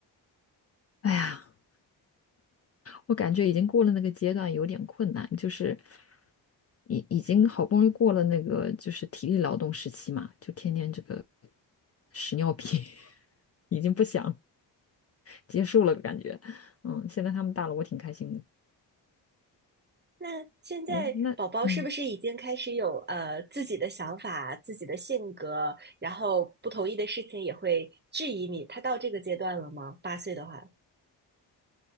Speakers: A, on the left (about 35°); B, on the right (about 25°).
A: 哎呀。我感觉已经过了那个阶段，有点困难，就是已已经好不容易过了那个就是体力劳动时期嘛，就天天这个屎尿屁 <laughs> 已经不想结束了，感觉，嗯，现在他们大了，我挺开心的。
B: 那现在宝宝是不是已经开始有呃自己的想法、
A: 哎，那嗯
B: 自己的性格，然后不同意的事情也会质疑你？他到这个阶段了吗？八岁的话。